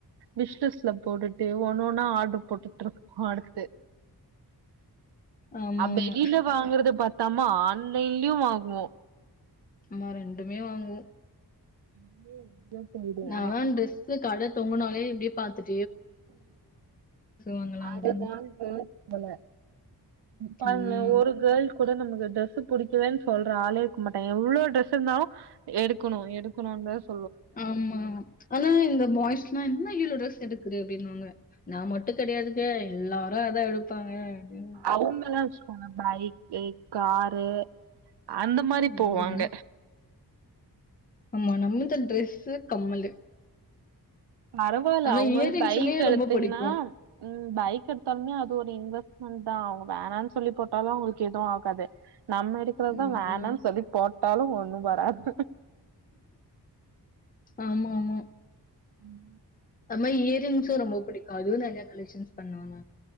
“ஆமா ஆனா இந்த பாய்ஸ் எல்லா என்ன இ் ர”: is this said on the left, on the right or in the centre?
Left